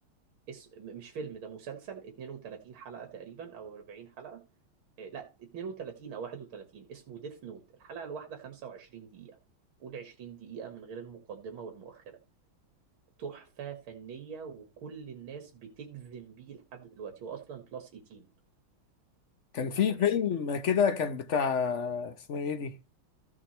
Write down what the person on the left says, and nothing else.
كان في
فيلم
كده كان بتاع اسمه ايه دي